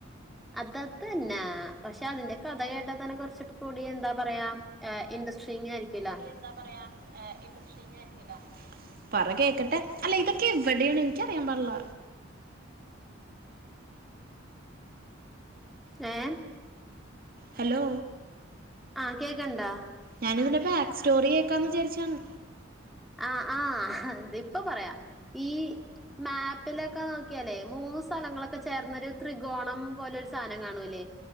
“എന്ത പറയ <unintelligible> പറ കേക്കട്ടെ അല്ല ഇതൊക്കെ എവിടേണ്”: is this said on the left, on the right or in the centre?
Right